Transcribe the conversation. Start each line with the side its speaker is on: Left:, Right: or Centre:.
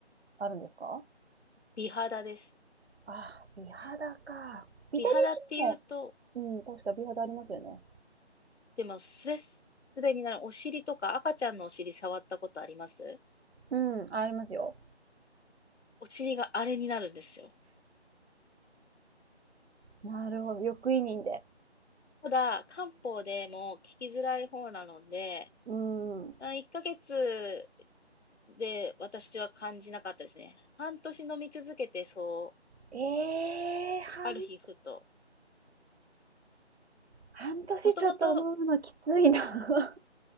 Right: あるんですか
Left: 美肌です。
Right: あ美肌か。ビタミン
Left: 美肌って言うと、
Right: C も、うん、確か美肌ありますよね。
Left: でも、すべすべになる。お尻とか赤ちゃんのお尻触ったことあります
Right: うん、ありますよ。
Left: お尻があれになるんですよ。
Right: なるほど、緑胃妊で。
Left: ただ、漢方でも効きづらい方なので、
Right: うん。うん
Left: あ、1ヶ月で私は感じなかったですね。半年飲み続けて、そう、
Right: ええー、半年、
Left: ある日ふと、
Right: 半年ちょっと飲むのきついな。
Left: もともと、